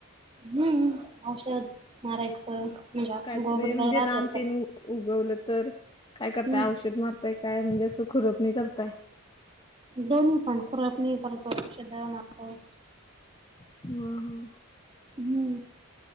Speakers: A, on the right; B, on the left.
A: हम्म औषध मारायचं म्हज्या
B: काहीतरी
A: गोगलगायी
B: म्हणजे
A: राहत्यात
B: रान तेन
A: तर.
B: उगवलं तर काय करताय,
A: हम्म
B: औषध मारताय काय म्हणजे असं खुरपणी करताय?
A: दोन्ही पण खुरपनी करतोय औषध मारतो.
B: ह ह.
A: हम.